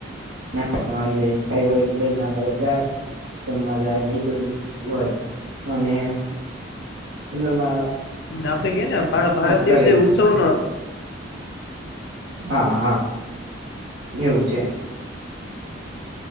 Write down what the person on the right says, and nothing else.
નામાં આવી જાય કઈ હોય તો બેન ના ઘરે જાય જમવા જાય ને એ બધું હોય અને અંદરમાં
જ
કરે
હા હા એવું છે